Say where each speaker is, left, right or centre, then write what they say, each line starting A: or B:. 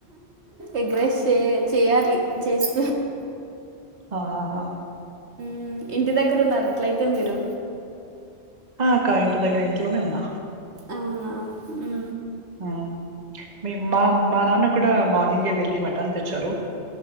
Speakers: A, on the right; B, on the right.
A: ఎగ్రైస్ చే చేయాలి చేస్తూ
B: ఆహ
A: ఊ ఇంటి దగ్గరున్నారా అట్లైతె మీరు
B: ఆఁఅక్కా ఇంటి దెగ్గర ఇంట్లోనే ఉన్నా
A: ఔనా ఊ
B: ఊ మీ మా మా నాన్న కుడా మార్నింగే వెళ్లీ మటన్ తెచ్చారూ